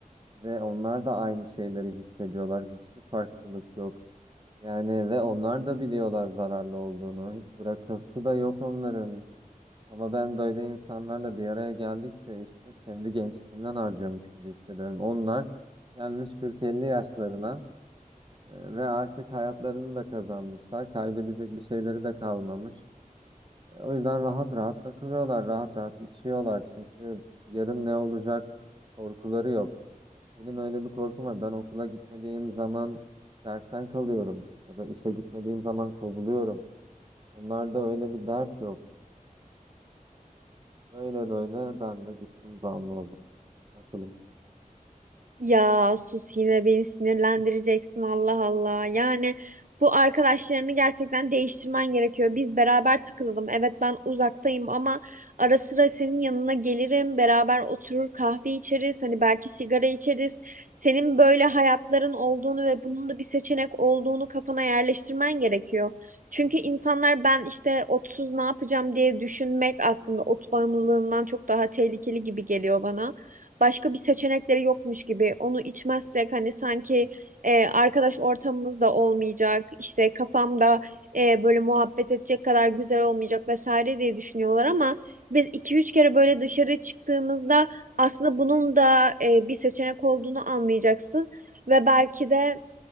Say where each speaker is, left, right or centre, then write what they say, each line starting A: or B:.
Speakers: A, on the right (about 35°); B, on the right (about 65°).
A: Ve onlar da aynı şeyleri hissediyorlar. Hiçbir farklılık yok. Yani ve onlar da biliyorlar zararlı olduğunu. Hiç bırakası da yok onların. Ama ben böyle insanlarla bir araya geldikçe işte kendi gençliğimden harcıyormuş gibi hissediyorum. Onlar gelmiş 40-50 yaşlarına e, ve artık hayatlarını da kazanmışlar. Kaybedecek bir şeyleri de kalmamış. E, O yüzden rahat rahat takılıyorlar, rahat rahat içiyorlar. Çünkü yarın ne olacak korkuları yok. Benim öyle bir korkum var. Ben okula gitmediğim zaman dersten kalıyorum ya da işe gitmediğim zaman kovuluyorum. Onlarda öyle bir dert yok. Böyle böyle ben de gittim bağımlı oldum. Nasılım?
B: Ya sus yine beni sinirlendireceksin Allah Allah. Yani bu arkadaşlarını gerçekten değiştirmen gerekiyor. Biz beraber takılalım. Evet ben uzaktayım ama ara sıra senin yanına gelirim. Beraber oturur kahve içeriz. Hani belki sigara içeriz. Senin böyle hayatların olduğunu ve bunun da bir seçenek olduğunu kafana yerleştirmen gerekiyor. Çünkü insanlar ben işte otsuz ne yapacağım diye düşünmek aslında ot bağımlılığından çok daha tehlikeli gibi geliyor bana başka bir seçenekleri yokmuş gibi onu içmezsek hani sanki e, arkadaş ortamımız da olmayacak işte kafamda e, böyle muhabbet edecek kadar güzel olmayacak vesaire diye düşünüyorlar ama biz iki üç kere böyle dışarı çıktığımızda aslında bunun da e, bir seçenek olduğunu anlayacaksın ve belki de